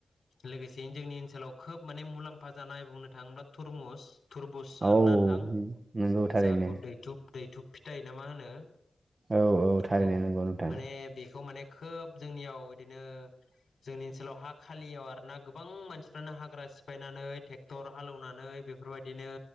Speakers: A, on the left (about 65°); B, on the right (about 35°).
A: लोगोसेयैनो जोंनि ओनसोलाव खोब माने मुलाम्फा जानाय बुंनो थाङोब्ला तुरमुस बुस
B: औ
A: आरो ना नोंथां
B: नंगौ थारैनो
A: जाखौ दैथुब दैथुब फिथाइ ना मा होनो?
B: औ थारैनो
A: औ
B: नंगौ नोंथां
A: माने बेखौ माने खोब जोंनियाव बिदिनो । जोंनि ओनसोलाव हा खालियाव आरोना गोबां मानसिफ्रानो हाग्रा सिफायनानै ट्रेक्टर हालेवनानै बेफोरबाय दिनो